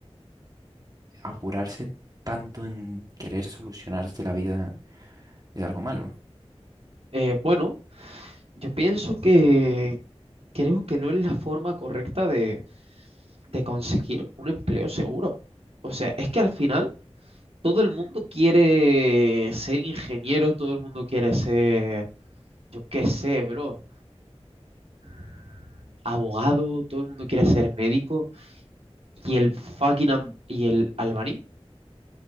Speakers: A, on the right; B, on the right.
A: apurarse tanto en querer solucionarse la vida es algo malo.
B: Eh, bueno, Yo pienso que creo que no es la forma correcta de, de conseguir un empleo seguro. O sea, es que al final todo el mundo quiere ser ingeniero, todo el mundo quiere ser, yo qué sé, bro, mm, abogado, todo el mundo quiere ser médico. ¿Y el fucking am- y el albañil